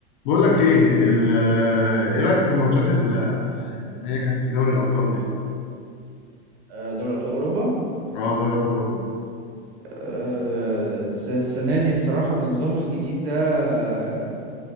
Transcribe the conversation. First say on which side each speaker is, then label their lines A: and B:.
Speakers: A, on the left; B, on the right.
A: بقول لك ايه ال- ايه رايك في الماتشات ال- اللي هي كانت في دوري الابطال دي
B: آه، دوري أبطال أوروبا
A: اه دوري ابطال اوروبا
B: آه، الس- السنة دي الصراحة بنظامه الجديد ده آه،